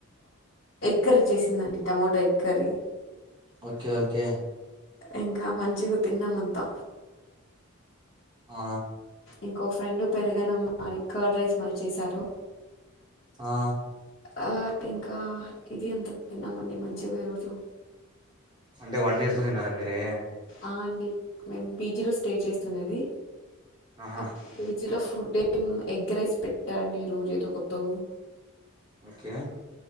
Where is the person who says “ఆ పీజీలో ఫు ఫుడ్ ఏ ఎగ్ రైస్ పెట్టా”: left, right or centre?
Left